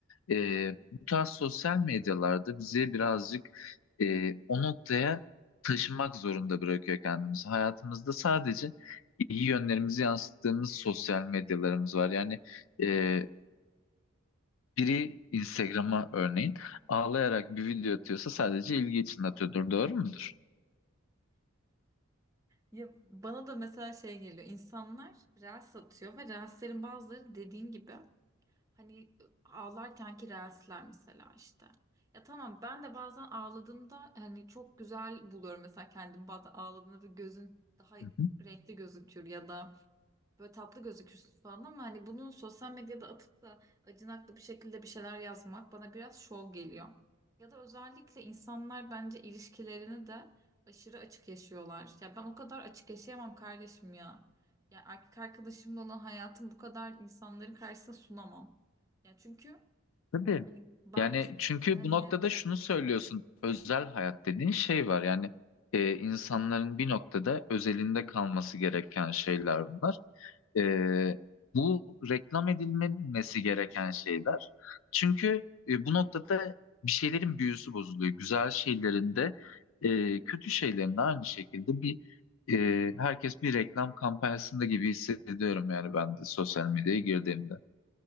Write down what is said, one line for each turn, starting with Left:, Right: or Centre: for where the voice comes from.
Left: E, bu tarz sosyal medyalarda bizi birazcık e, o noktaya taşımak zorunda bırakıyor kendimizi. Hayatımızda sadece iyi yönlerimizi yansıttığımız sosyal medyalarımız var. Yani e, biri Instagram'a örneğin ağlayarak bir video atıyorsa sadece ilgi için atıyordur. Doğru mudur?
Right: Ya bana da mesela şey geliyor. İnsanlar reels satıyor ve reelslerin bazıları dediğin gibi Hani ağlarkenki ki reelsler mesela işte. Ya tamam ben de bazen ağladığımda hani çok güzel buluyorum mesela kendimi bazen ağladığımda ve gözün daha
Left: Hı hı.
Right: renkli gözüküyor ya da böyle tatlı gözükürsün falan ama hani bunu sosyal medyada atıp da acınaklı bir şekilde bir şeyler yazmak bana biraz şov geliyor. Ya da özellikle insanlar bence ilişkilerini de aşırı açık yaşıyorlar. Ya ben o kadar açık yaşayamam kardeşim ya. Ya erkek arkadaşımla olan hayatım bu kadar insanların karşısına sunamam. Ya çünkü
Left: Tabii.
Right: hani belki
Left: Yani çünkü
Right: hani
Left: bu noktada şunu söylüyorsun. Özel hayat dediğin şey var. Yani e, insanların bir noktada özelinde kalması gereken şeyler bunlar. Ee, bu reklam edilmemesi gereken şeyler. Çünkü e, bu noktada bir şeylerin büyüsü bozuluyor. Güzel şeylerin de e, kötü şeylerin de aynı şekilde bir e, herkes bir reklam kampanyasında gibi hissediyorum yani ben de sosyal medyaya girdiğimde.